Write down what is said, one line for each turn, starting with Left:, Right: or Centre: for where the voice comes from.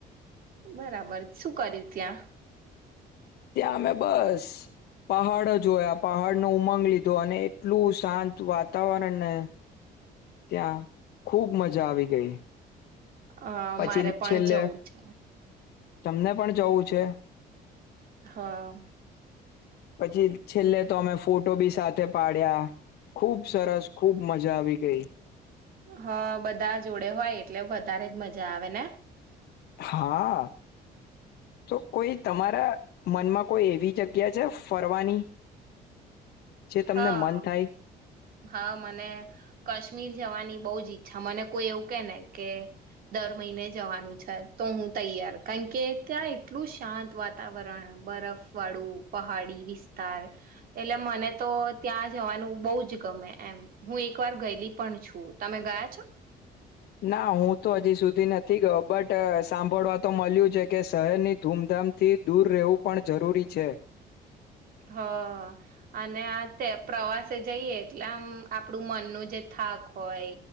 Right: બરાબર શું કર્યું ત્યાં
Left: ત્યાં અમે બસ પહાડ જોયા પહાડ નુ ઉમંગ લીધો અને એટલું શાંત વાતાવરણને ત્યાં ખુબ મજા આવી ગઈ
Right: અ
Left: પછી
Right: મારે પણ
Left: છેલ્લે
Right: જવું છે
Left: તમને પણ જવું છે
Right: હા
Left: પછી છેલ્લે તો અમે ફોટો ભી સાથે પાડ્યા ખૂબ સરસ ખૂબ મજા આવી ગઈ
Right: હા બધા જોડે હોય એટલે વધારે જ મજા આવે ને
Left: હા તો કોઈ તમારા મનમાં કોઈ એવી જગ્યા છે ફરવાની જે તમને
Right: હા
Left: મન થાય
Right: હા મને કાશ્મીર જવાની બો જ ઈચ્છા મને કોઈ એવું કે ને કે દર મહિને જવાનું છે તો હું તૈયાર કારણ કે ત્યાં એટલું શાંત વાતાવરણ બરફ વાળું પહાડી વિસ્તાર એટલે મને તો ત્યાં જવાનું બો જ ગમે એમ હું એક વાર ગયેલી પણ છું તમે ગયા છો
Left: ના હું તો હજી સુધી નથી ગયો બટ સાંભળવા તો મલ્યું છે કે શહેરની ધૂમધામથી દૂર રહેવું પણ જરૂરી છે
Right: હ અને આ તે પ્રવાસે જઈએ એટલે આમ આપણું મનનું જે થાક હોય